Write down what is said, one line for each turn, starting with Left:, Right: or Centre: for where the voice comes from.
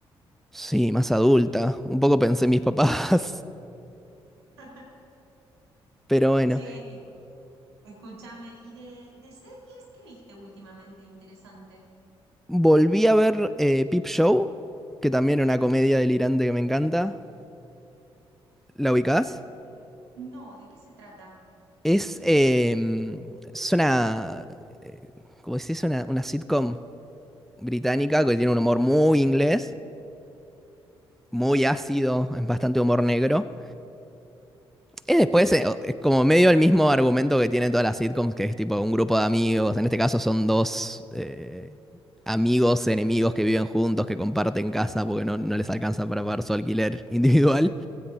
Centre: sí, más adulta. Un poco pensé en mis papás,
Right: <laughs>
Centre: <laughs> pero bueno.
Right: Che, escu- escúchame, ¿y de, de series qué viste últimamente interesante?
Centre: Volví a ver eh, Peep Show, que también era una comedia delirante que me encanta. ¿La ubicás?
Right: ¿De qué- No, ¿de qué se trata?
Centre: Es, eh, es una, eh, ¿cómo decís? Una, una sitcom británica que tiene un humor muy inglés, muy ácido, es bastante humor negro. Es después, eh, es como medio el mismo argumento que tienen todas las sitcoms, que es tipo un grupo de amigos. En este caso son dos eh, amigos, enemigos que viven juntos, que comparten casa porque no, no les alcanza para pagar su alquiler <laughs> individual.